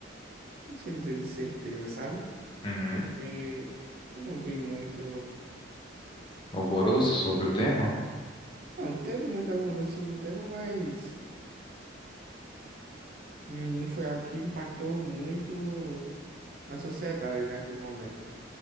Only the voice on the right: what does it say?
Não sei dizer de certeza, sabe?
Porque não vi muito.
Não, teve muito alvoroço sobre o tema, mas hum, não foi algo que impactou muito na sociedade naquele momento.